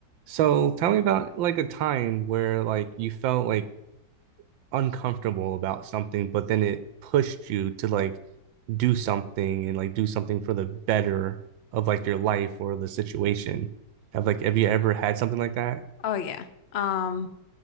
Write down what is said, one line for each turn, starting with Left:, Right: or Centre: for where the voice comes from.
Right: So tell me about like a time where like you felt like uncomfortable about something, but then it pushed you to like do something and like do something for the better of like your life or the situation. Have like have you ever had something like that?
Left: Oh yeah. Um,